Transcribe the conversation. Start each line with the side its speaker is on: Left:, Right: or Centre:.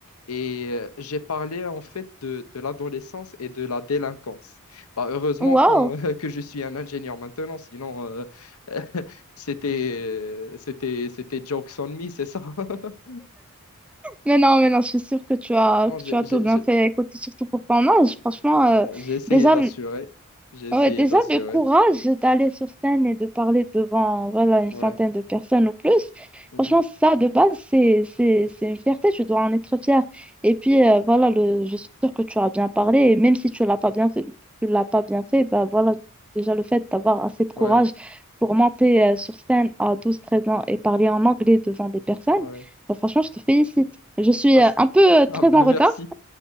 Left: Et euh, j'ai parlé en fait de, de l'adolescence et de la délinquance. Bah, heureusement
Centre: Wow.
Left: qu'on- <laughs> que je suis un ingénieur maintenant, sinon euh, <laughs> c'était, euh, c'était, c'était jokes on me, c'est ça? <laughs>
Centre: Mais non, mais non, je suis sûre que tu as,
Left: Sinon,
Centre: que
Left: j'ai
Centre: tu as tout
Left: j'ai-
Centre: bien
Left: j'ai-
Centre: fait. Écoute, surtout pour ton âge, franchement,
Left: bah,
Centre: euh,
Left: j'ai essayé
Centre: déjà,
Left: d'assurer. J'ai essayé
Centre: Ouais, déjà,
Left: d'assurer.
Centre: le courage d'aller sur scène et de parler devant, voilà, une
Left: Ouais.
Centre: centaine de personnes ou plus,
Left: Mhm.
Centre: franchement, ça, de base, c'est, c'est, c'est une fierté, tu dois en être fier. Et puis, euh, voilà, le, je suis sûre que tu as bien parlé, et même si tu l'as pas bien fait, tu l'as pas bien fait, bah voilà, déjà, le fait d'avoir assez de courage
Left: Ouais.
Centre: pour monter, euh, sur scène à douze treize ans et parler en anglais devant des personnes,
Left: Ouais.
Centre: bah, franchement, je te félicite. Je suis,
Left: Bah,
Centre: euh,
Left: <laughs>
Centre: un peu, euh, très
Left: Ah, ben
Centre: en retard,
Left: merci.